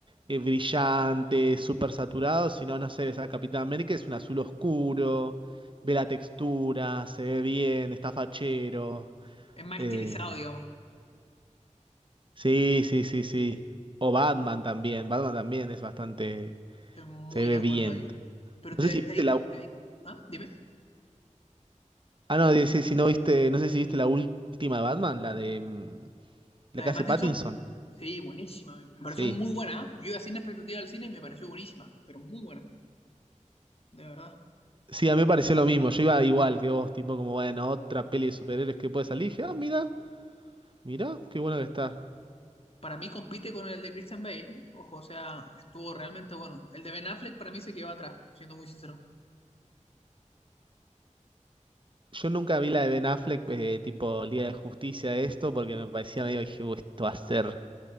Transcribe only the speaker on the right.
eh, brillante, súper saturado, sino, no sé, ves a Capitán América, es un azul oscuro, ve la textura, se ve bien, está fachero.
Eh,
sí, sí, sí, sí. O Batman también, Batman también es bastante,
se ve
bien.
No
sé si
viste la...
Ah, no, dice, si no viste, no sé si viste la última de Batman, la de... mm,
La que
hace
Pattinson.
Sí.
Sí, a mí me pareció lo mismo. Yo iba igual que vos, tipo como, bueno, otra peli de superhéroes que puede salir. Y dije, ah, mira, mira, qué bueno que está.
Yo nunca vi la de Ben Affleck, eh, tipo Liga de Justicia, esto, porque me parecía medio, dije, "Uh, esto va a ser